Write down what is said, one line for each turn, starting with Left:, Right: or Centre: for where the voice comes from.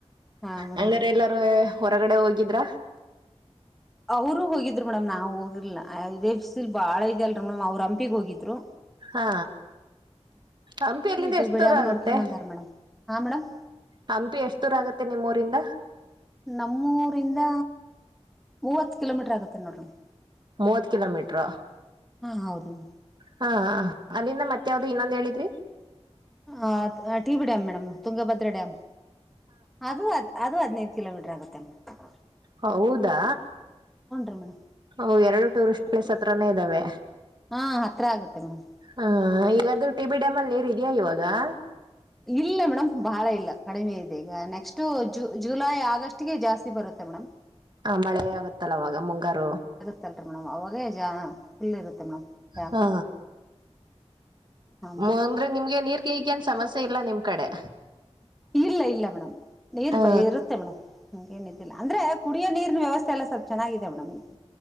Centre: ಹಾ ಮೇಡಮ್
Right: ಹಂಗಾರೆ ಎಲ್ಲಾರುವೆ ಹೊರಗಡೆ ಹೋಗಿದ್ರ?
Centre: ಅವರು ಹೋಗಿದ್ರು ಮೇಡಮ್ ನಾವು ಹೋಗಿರ್ಲಿಲ್ <unintelligible> ಬಾಳ ಇದ್ಯಲ್ರಿ ಮೇಡಮ್ ಅವ್ರ್ ಹಂಪಿಗ್ ಹೋಗಿದ್ರು.
Right: ಹಾ ಹಂಪಿ ಅಲ್ಲಿಂದ
Centre: ಟಿ
Right: ಎಷ್ಟ್
Centre: ಬಿ
Right: ದೂರ
Centre: ಡ್ಯಾಮ್
Right: ಆಗತ್ತೆ.
Centre: ನೋಡ್ಕೊಂಡ್ ಬಂದಾರ ಮೇಡಮ್ ಹಾ ಮೇಡಮ್
Right: ಹಂಪಿ ಎಷ್ಟ್ ದೂರ ಆಗತ್ತೆ ನಿಮ್ಮೂರಿಂದ
Centre: ನಮ್ಮೂರಿಂದ ಮೂವತ್ತ್ ಕಿಲೋಮೀಟರ್ ಆಗುತ್ತೆ ನೋಡ್ರಿ ಮ್
Right: ಮೂವತ್ ಕಿಲೋಮೀಟ್ರ.
Centre: ಹಾ ಹೌದು ಮೇಡಂ
Right: ಹಾ ಅಲ್ಲಿಂದ ಮತ್ ಯಾವ್ದು ಇನ್ನೊಂದ್ ಹೇಳಿದ್ರಿ
Centre: ಆ T B dam madam Tungabhadra dam ಅದು ಅದ್ ಅದು ಅದ್ನೇ ಕಿಲೋಮೀಟರ್ ಆಗುತ್ತೆ ಮೆ <unintelligible>
Right: ಹೌದಾ
Centre: ರೀ ಮೇಡಮ್
Right: ಓ ಎರಡು ಟೂರಿಸ್ ಪ್ಲೇಸ್ ಹತ್ರಾನೇ ಇದ್ದಾವೆ.
Centre: ಹಾ ಹತ್ರ ಆಗುತ್ತೆ ಮೇಡಮ್
Right: ಹಾ ಈಗದು ಟಿ ಬಿ ಡ್ಯಾಮಲ್ ನೀರ್ ಇದ್ಯಾ ಇವಾಗ್ <unintelligible>
Centre: ಇಲ್ಲ ಮೇಡಮ್ ಬಾಳ ಇಲ್ಲ ಕಡಿಮೆ ಇದೆ ಈಗ ನೆಕ್ಸ್ಟ್ ಜುಲೈ ಆಗಸ್ಟ್ಗೆ ಜಾಸ್ತಿ ಬರುತ್ತೆ ಮೇಡಮ್.
Right: ಹ ಮಳೆ ಆಗತ್ತಲ್ಲ ಅವಾಗ ಮುಂಗಾರು
Centre: <unintelligible> ಮೇಡಂ ಅವಾಗ ಜಾ ಫುಲ್ ಇರುತ್ತೆ ಮೇಡಮ್ ಡ್ಯಾಮ್
Right: ಹಾ
Centre: ಹಾ ಮೇಡಮ್,
Right: ಮೋ ಅಂದ್ರೆ ನಿಮ್ಗೆ ನೀರ್ ಗಿಗೇನ್ ಸಮಸ್ಯೆ ಇಲ್ಲ ನಿಮ್ ಕಡೆ
Centre: ಇಲ್ಲ ಇಲ್ಲ ಮೇಡಮ್ ನೀರ್
Right: ಹ
Centre: ಬ ಇರುತ್ತೆ ಮೇಡಮ್ ಹಂಗೇನ್ ಇಲ್ಲ ಅಂದ್ರೆ ಕುಡಿಯ ನೀರಿನ ವ್ಯವಸ್ಥೆ ಎಲ್ಲ ಸ್ವಲ್ಪ್ ಚೆನ್ನಾಗಿದೆ ಮೇಡಮ್ ಈಗ್